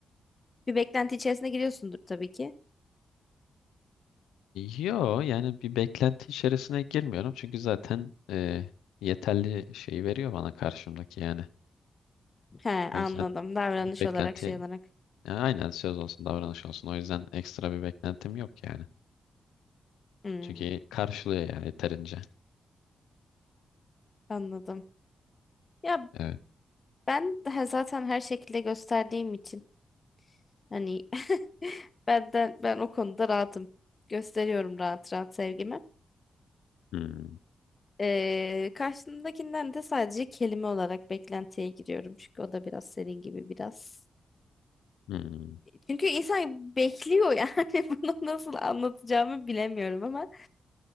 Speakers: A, on the left; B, on the left.
A: Bir beklenti içerisine giriyorsundur tabii ki.
B: Yo yani bir beklenti içerisine girmiyorum çünkü zaten e, yeterli şeyi veriyor bana karşımdaki yani.
A: He
B: O
A: anladım.
B: yüzden
A: Davranış
B: bir beklenti
A: olarak şey olarak.
B: Ya aynen söz olsun davranış olsun. O yüzden ekstra bir beklentim yok yani.
A: Hmm,
B: Çünkü karşılıyor yani yeterince.
A: anladım. Ya
B: Evet.
A: Ben daha zaten her şekilde gösterdiğim için hani <laughs> benden ben o konuda rahatım. Gösteriyorum rahat rahat sevgimi.
B: Hmm.
A: Ee, karşımdakinden de sadece kelime olarak beklentiye giriyorum. Çünkü o da biraz senin gibi biraz.
B: Hmm.
A: Çünkü insan bekliyor yani <laughs> bunu nasıl anlatacağımı bilemiyorum ama